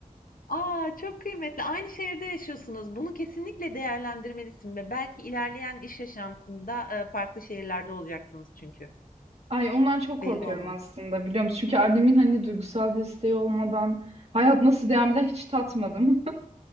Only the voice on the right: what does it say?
Ay ondan çok korkuyorum
aslında biliyor musun? Çünkü annemin hani duygusal desteği olmadan hayat nasıl devam eder hiç tatmadım.